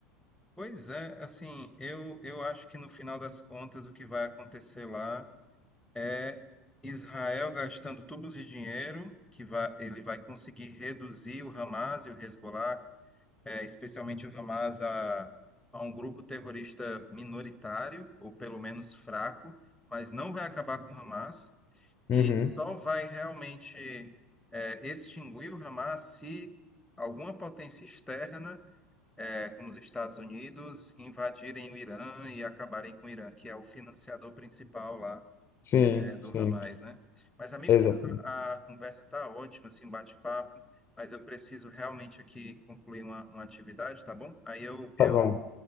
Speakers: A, in the centre; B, on the left.
A: Pois é, assim, eu, eu acho que no final das contas o que vai acontecer lá é Israel gastando tubos de dinheiro, que vai, ele vai conseguir reduzir o Hamas e o Hezbollah, é, especialmente o Hamas, a, a um grupo terrorista minoritário, ou pelo menos fraco, mas não vai acabar com o Hamas. E
B: Uhum.
A: só vai realmente é, extinguir o Hamas se alguma potência externa, é, como os Estados Unidos, invadirem o Irã e acabarem com o Irã, que é o financiador principal lá
B: Sim,
A: é, é, do
B: sim.
A: Hamas, né? Mas, amigo,
B: Exatamente.
A: a, a conversa tá ótima, assim, um bate-papo, mas eu preciso realmente aqui concluir uma, uma atividade, tá bom? Aí eu,
B: Tá
A: eu
B: bom.